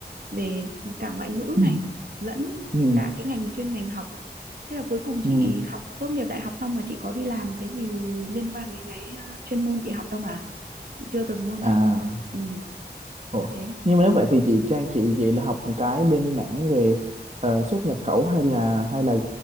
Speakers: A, on the right; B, on the right.
A: về cả ngoại ngữ
B: ừ
A: này lẫn
B: ừ
A: cả cái ngành chuyên ngành học Thế là cuối cùng
B: ừ.
A: chị học tốt nghiệp đại học xong mà chị có đi làm cái gì liên quan đến cái ờ, chuyên môn chị học đâu mà chị chưa từng luôn
B: à
A: á. Ừ,
B: ủa.
A: thế
B: nhưng mà nếu vậy thì chị Trang chị vậy là học một cái bên mảng về ờ, xuất nhập khẩu hay là hay là